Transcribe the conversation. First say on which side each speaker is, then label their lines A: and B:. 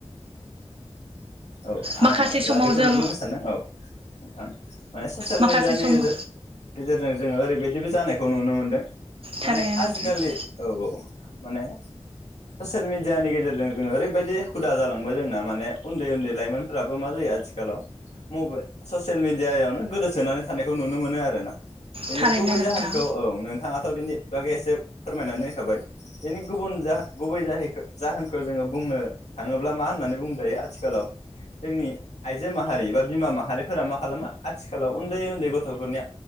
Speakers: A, on the left; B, on the right.
A: औ
B: माखासे
A: आङो दा
B: समाव
A: बेखौनो
B: जों
A: बुंनो सान्दों औ। ओथां माने सचेल
B: माखासे
A: मिडियानि
B: सम
A: गेजेर-गेजेरजों जोङो ओरैबायदि जेबो जानायखौ नुनो मोनदों। माने
B: थारैनो
A: आजिकालि
B: नोंथां
A: औ औ। माने सचेल मिडियानि गेजेरजों जोङो ओरैबायदि हुदा जालांबाय जोंना माने उन्दै उन्दै लाइमोन। फोराबो मा जायो आथिखालाव मबे ससेल मिडियायावनो गोदोसोनानै थानायखौ नुनो मोनो आरो ना। बेनि
B: थारैनो
A: गुबै
B: नोंथां
A: जाहोनखौ औ नोंथाङाथ' बिनि। बागै एसे फोरमायनानै होखाबाय बिनि गुबुन जाह गुबै जाहैखो-जाहोनखो जोङो बुंनो थाङोब्ला मा होननानै बुंजायो आथिखालाव। जोंनि आइजो माहारि बा बिमा माहारिफोरा मा खालामो आथिखालाव उन्दै उन्दै गथ'फोरनि